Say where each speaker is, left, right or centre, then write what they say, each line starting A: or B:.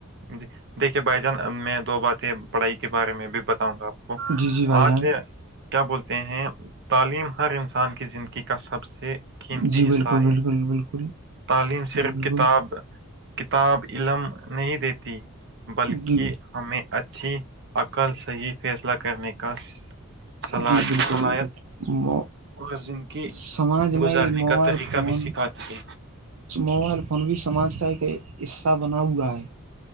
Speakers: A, on the right; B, on the right.
A: جی دیکھیے بھائی جان میں دو باتیں پڑھائی کے بارے میں بھی بتا ہ گا آپ کو
B: جی جی بھائی
A: آج
B: جان
A: کیا بولتے ہیں تعلیم ہر انسان کی زندگی کا سب سے قیمتی
B: جی بالکل
A: حصہ ہے
B: بالکل بالکل
A: تعلیم صرف
B: جی بالکل
A: کتاب کتاب علم نہیں دیتی بلکہ
B: جی
A: ہمیں اچھی عقل صحی فیصلہ کرنے کا صلا-
B: جی بالکل
A: صلاحیت
B: بالکل
A: اور زندگی
B: تو سماج
A: گزارنے
B: میں یہ
A: کا
B: موبائل
A: طریقہ
B: فون
A: بھی سکھاتی
B: موبائل فون بھی سماج کا ایک حصہ بنا ہوا ہے